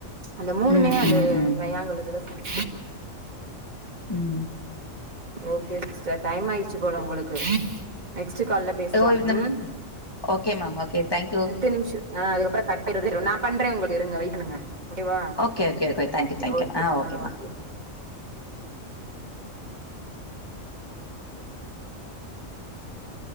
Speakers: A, on the right (about 30°); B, on the left (about 15°).
A: அந்த மூணுமே
B: ம்
A: அது
B: ம் ம்
A: ட்ரயாங்கல் இதுல சந்
B: ம்
A: ஓகே சிஸ்டர் டைம் ஆயிடுச்சு போல உங்களுக்கு நெக்ஸ்டு கால்ல பேசலா
B: <unintelligible>
A: ம்
B: ஓகே மேம் ஓகே தேங்க்
A: பத்து நிம்ஷோ ஆ அதுக்கப்றோ கட்டாயிரு நா பண்றே உங்களுக்கு இருங்க வெயிட் பண்ணுங்க ஓகேவா
B: okay okay thank you
A: okay
B: thank you
A: okay ஆ
B: மேம்
A: ஓகே